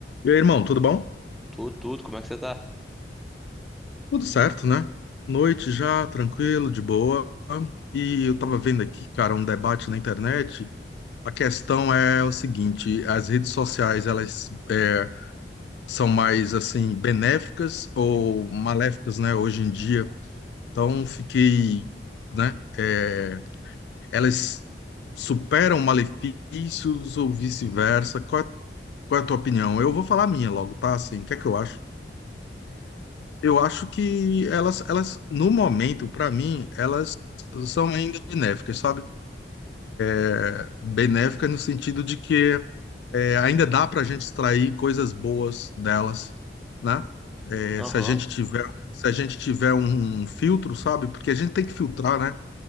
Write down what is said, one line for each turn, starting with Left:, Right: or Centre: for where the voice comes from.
Left: E aí, irmão, tudo bom?
Centre: Tudo, tudo, como é que você tá?
Left: Tudo certo, né? Noite já, tranquilo, de boa. E eu tava vendo aqui, cara, um debate na internet. A questão é o seguinte: as redes sociais, elas é, são mais, assim, benéficas ou maléficas, né, hoje em dia? Então, fiquei, né? é, elas superam malefícios ou vice-versa? Qual é, qual é a tua opinião? Eu vou falar a minha logo, tá? Assim, o que é que eu acho? Eu acho que elas, elas no momento, para mim, elas são ainda benéficas, sabe? É, benéficas no sentido de que é, ainda dá para a gente extrair coisas boas delas, né? É,
Centre: Aham,
Left: se a gente tiver, se a gente tiver um, um filtro, sabe? Porque a gente tem que filtrar, né?